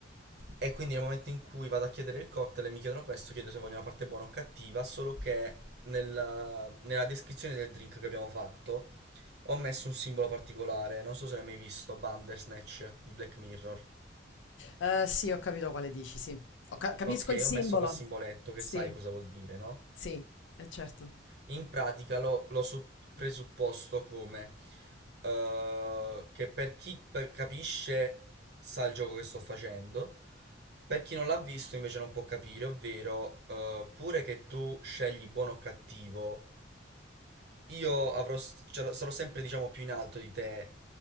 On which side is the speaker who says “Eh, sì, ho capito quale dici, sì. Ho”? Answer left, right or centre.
Left